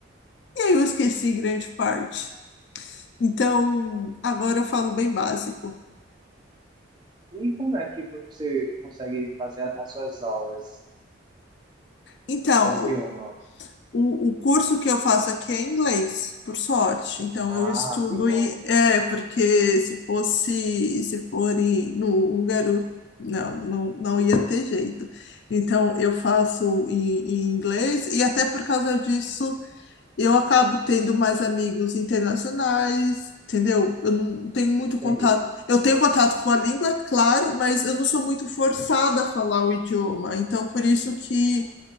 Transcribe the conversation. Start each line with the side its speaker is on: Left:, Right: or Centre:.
Left: E aí eu esqueci grande parte. Então, agora eu falo bem básico.
Right: E como é que você consegue fazer a- as suas aulas
Left: Então,
Right: com o idioma?
Left: o, o curso que eu faço aqui é inglês, por sorte. Então, eu
Right: Ah,
Left: estudo
Right: que bom.
Left: e é porque se fosse, se for em- no húngaro, não, não, não ia ter jeito. Então, eu faço em, em inglês e até por causa disso eu acabo tendo mais amigos internacionais, entendeu? Eu não tenho muito contato.
Right: Entendi.
Left: Eu tenho contato com a língua, é claro, mas eu não sou muito forçada a falar o idioma. Então, por isso que